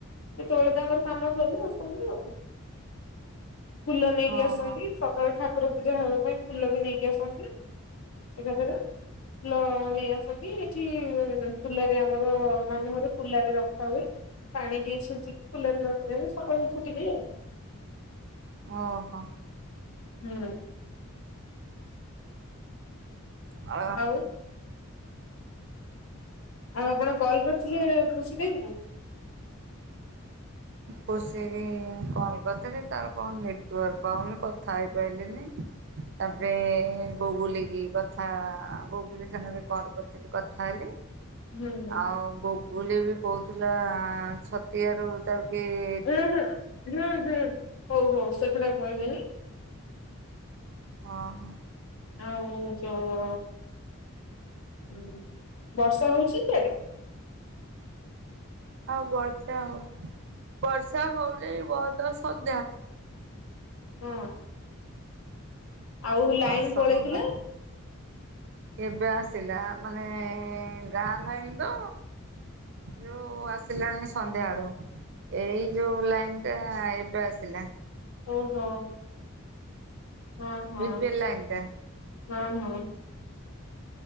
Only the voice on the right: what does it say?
ଓହୋ
ଓହୋ।
ଆ
ଖୁସୀ କି କଲ୍ କରିଥିଲି ତାର କଣ ନେଟୱାର୍କ ପାଉନି କଥା ହେଇପାରିଲିନି। ତାପରେ ଗୁଗୁଲି କି କଥା ଗୁଗୁଲି ସାଙ୍ଗରେ କଲ୍ କରି କଥା ହେଲି
ଆଉ ଗୁଗୁଲି ବି କହୁଥିଲା ଛତିଆରୁ ତାକୁ କିଏ
ଓ ହୋ।
ହଁ ବର୍ଷା ହଉଚି ବର୍ଷା <inaudible>
ହସ
ବନ୍ଦ। ଏବେ ଆସିଲା ମାନେ ଗାଁ ଭାଈ ତ ଯୋଉ ଆସିଲାଣି ସନ୍ଧ୍ୟା ଆଳୁ ଏଇ
ଯୋଉ ଲାଇନ ଟା ଏବେ ଆସିଲା।
ବି ପି ଏଲ ଲାଇନ ଟା।